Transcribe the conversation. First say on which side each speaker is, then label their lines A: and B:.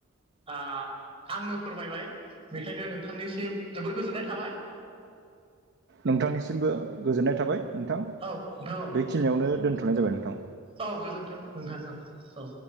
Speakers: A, on the right (about 25°); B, on the right (about 55°).
A: ओ आंनो फोरमायबाय बेखायनो नोंथांनिसिम जोबोर गोजोननाय थाबाय
B: नोंथांनिसिमबो गोजोननाय थाबाय नोंथां
A: औ नोंथां औ
B: बे खिनियावनो दोनथ'नाय जाबाय नोंथां
A: औ गोजोन्थों नोंथा औ